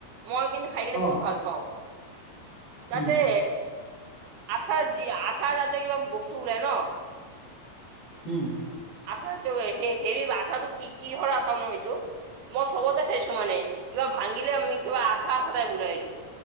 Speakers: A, on the right; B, on the left.
A: মই কিন্তু খাই কিনে
B: অঁ
A: বহুত ভাল পাওঁ
B: হুম
A: তাতে আঠা দি আঠা তাতে কিবা বস্তু ওলাই ন?
B: উম।
A: আঠাটো হে হেৰি আঠাটো কি কিহৰ আঠা নু এইটো? মই চবতে চাইছো মানে কিবা ভাঙিলে আমি কিবা আঠা সদায় উলায়টো।